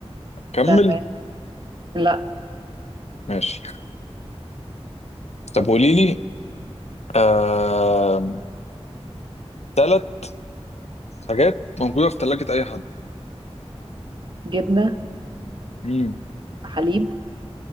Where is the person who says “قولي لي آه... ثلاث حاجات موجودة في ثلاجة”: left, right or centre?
Left